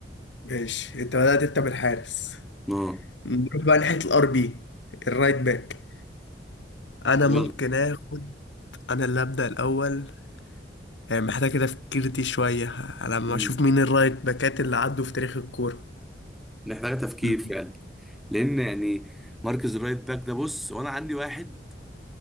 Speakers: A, on the left; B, in the centre.
A: ماشي انت بدأت انت بالحارس
B: اه
A: نروح بقى ناحية الار بي الرايت باك انا
B: يلا
A: ممكن اخد انا اللي ابدا الاول آه، محتاج كده فكرتي شويه على ما
B: مم.
A: اشوف مين الرايت باكات اللي عدوا في تاريخ الكوره
B: محتاجه تفكير
A: مم.
B: فعلا لان يعني مركز الرايت باك ده بص وانا عندي واحد